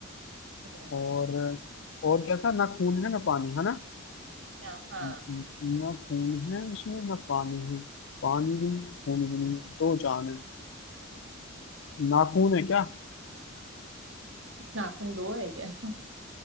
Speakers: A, on the right; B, on the left.
A: हम्म,
B: और और क्या था ना खून है ना पानी है ना
A: हाँ हाँ
B: न- न- ना खून है उसमें ना पानी है पानी भी नहीं है खून भी नहीं है दो जान है नाखून है क्या
A: नाखून दो है क्या